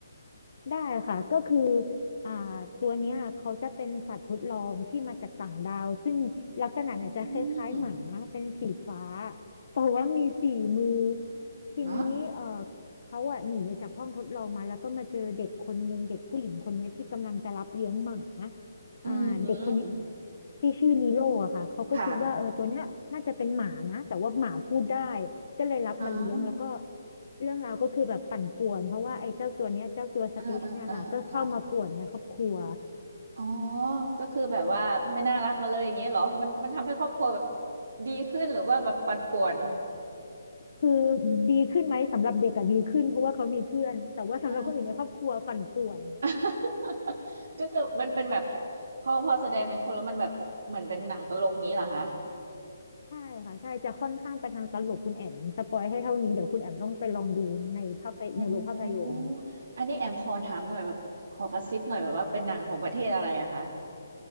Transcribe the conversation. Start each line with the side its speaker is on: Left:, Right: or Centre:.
Left: ได้ค่ะก็คืออ่าตัวเนี้ยเขาจะเป็นสัตว์ทดลองที่มาจากต่างดาวซึ่งลักษณะเนี่ยจะคล้ายๆหมาเป็นสีฟ้า
Right: อืม
Left: แต่ว่ามีสี่มือทีนี้เอ่อ
Right: ฮะ
Left: เขาอะหนีจากห้องทดลองมาแล้วก็มาเจอเด็กคนนึงเด็กผู้หญิงคนเนี้ยที่กำลังจะรับเลี้ยงหมา
Right: อืม
Left: อ่าเด็กคนเนี้ยที่ชื่อลีโลอะค่ะเขาก็คิดว่าเออตัวเนี้ยน่าจะเป็นหมานะแต่ว่าหมาพูดได้
Right: ค่ะ
Left: ก็เลยรับมาเลี้ยงแล้วก็
Right: อ่า
Left: เรื่องราวก็คือแบบปั่นป่วนเพราะว่าไอ้เจ้าตัวเนี้ยเจ้าตัวสติชเนี่ยค่ะก็เข้ามาป่วนในครอบครัว
Right: เออเออเออค่ะ อ๋อก็คือแบบว่าไม่น่ารักมาเลยอย่างเงี้ยเหรอมันมันทำให้ครอบครัวแบบดีขึ้นหรือว่าแบบปั่นป่วน
Left: คือดีขึ้นไหมสำหรับเด็กอะดีขึ้นเพราะว่าเขามีเพื่อนแต่ว่าสำหรับคนอื่นในครอบครัวปั่นป่วน
Right: อ่า <laughs> ก็คือมันเป็นแบบพอพอแสดงเป็นคนแล้วมันแบบเหมือนเป็นหนังตลกงี้เหรอคะ
Left: ใช่ค่ะใช่จะค่อนข้างไปทางตลกคุณแอมสปอยให้เท่านี้เดี๋ยวคุณแอมต้องไปลองดูในภาพยในโรงภาพยนตร์
Right: อ๋ออันนี้แอมขอถามหน่อยแบบขอกระซิบหน่อยแบบว่าเป็นหนังของประเทศอะไรอะคะ